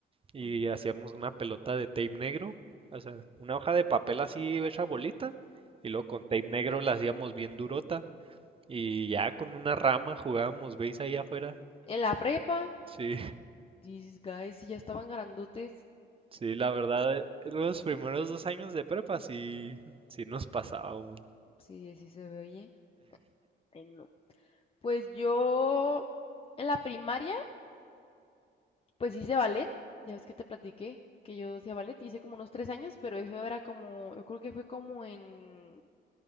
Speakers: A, on the right (about 30°); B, on the left (about 30°).
A: y
B: Ujú,
A: hacíamos una pelota de tape negro, o sea, una hoja de papel así hecha bolita y luego con tape negro la hacíamos bien durota y ya con una rama jugábamos base ahí afuera.
B: En la prepa,
A: Sí,
B: these guys, si ya estaban grandotes,
A: Sí, la verdad, los primeros dos años de prepa sí, sí nos pasábamos.
B: sí, sí se ve, oye. Ay, no. Pues yo, en la primaria, pues hice ballet. Ya ves que te platiqué que yo hacía ballet. Hice como unos tres años, pero eso era como, yo creo que fue como en